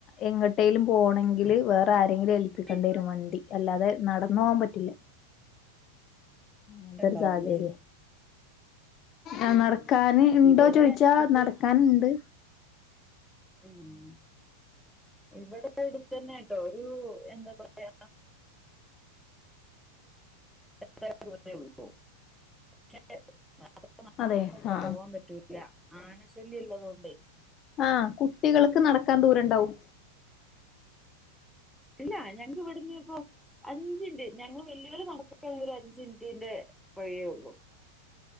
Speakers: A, on the left; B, in the centre.
A: എങ്ങട്ടേലും പോണെങ്കില് വേറെ ആര്. എെങ്കിലും ഏൽപ്പിക്കേണ്ട
B: ചേർത്ത്
A: വരും വണ്ടി അല്ലാതെ നടന്നു പോകാൻ പറ്റില്ല അങ്ങനത്തെൊ
B: ഉണ്ടാവൂല്ലേ
A: ഒരു സാഹചര്യം ആ നടക്കാന്
B: ഉം.
A: ഇണ്ടോ
B: ഇവിടെ
A: ചോയിിച്ചാ
B: ഇപ്പൊ
A: നടക്കൻുണ്ട്
B: ഉം <unintelligible> ഇവിടെ അടുത്ത് തന്നെട്ടോ ഒരു എന്താ പറയാ
A: <inaudible>
B: ത്ര ഉള്ളൂ <unintelligible> മാ മാൊന്നും
A: അതെ ആഹ്
B: പോവാൻ പറ്റൂല്ല ആനശല്യം ഇള്ളത കൊണ്ടേ <unintelligible>
A: ആഹ കുട്ടികൾക്ക് നടക്കാൻ ദൂരം ഉണ്ടാവും
B: ഇല്ല ഞങ്ങക്ക് ഇവിടന്ന് ഇപ്പോൊ അഞ്ചിന്റ ഞങ്ങ വെല്ലുവിള നടക്ക ഒരു അഞ്ച മിനിറ്റിന്റെ വഴിയേള്ളു